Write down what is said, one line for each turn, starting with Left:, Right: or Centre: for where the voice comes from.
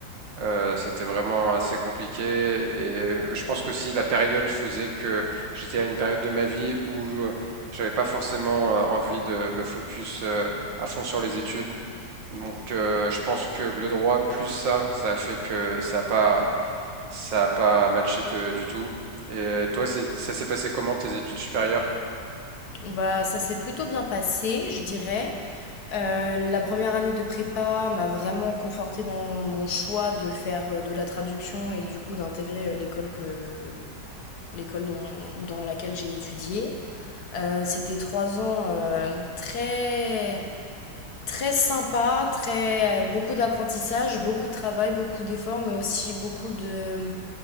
Right: Euh, c'était vraiment assez compliqué. Et je pense qu'aussi la période faisait que j'étais à une période de ma vie où euh, j'avais pas forcément euh, envie de me focus euh, à fond sur les études. Donc, euh, je pense que le droit plus ça, ça a fait que ça a pas Ça a pas matché t- du tout. Et toi, c'est- ça s'est passé comment tes études supérieures?
Left: Bah, ça s'est plutôt bien passé, je dirais. Euh, la première année de prépa m'a vraiment confortée dans mon choix de faire euh, de la traduction et du coup d'intégrer euh, l'école que l'école dont- dans laquelle j'ai étudié. Euh, c'était trois ans euh, très très sympa, très euh, beaucoup d'apprentissage, beaucoup de travail, beaucoup d'efforts, mais aussi beaucoup de